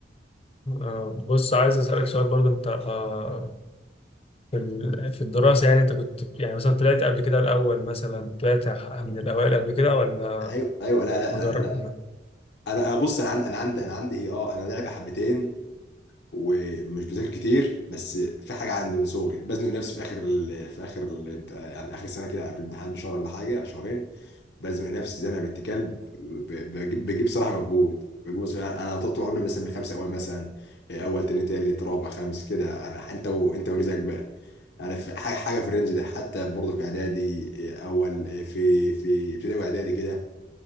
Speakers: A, on the left; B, on the left.
A: آه، بص عايز اسالك سؤال برضو انت آه، في ال- في الدراسه يعني انت كنت يعني مثلا طلعت قبل كده الاول مثلا طلعت من الاوائل قبل كده ولا
B: ايوه ايوه لا لا
A: مجر...
B: لا انا أنا بص انا عندي انا عندي انا عندي هي اه انا لعبه حبتين ومش بذاكر كتير بس في حاجه عندي من صغري بزنق نفسي في اخر ال... في اخر ال... يعني اخر سنه كده قبل الامتحان بشهر ولا حاجه ولا شهرين بزنق نفسي زنقه بنت كلب ب... بجيب بجيب صراحه مجهود بجيب صراحة انا طول عمري مثلا من خمسه اول مثلا اول تاني تالت رابع خامس كده انا انت و... انت ورزقك بقى انا في حاجه حاجه في الرينج ده حتى برضه في اعدادي اول في في ابتدائي واعدادي كده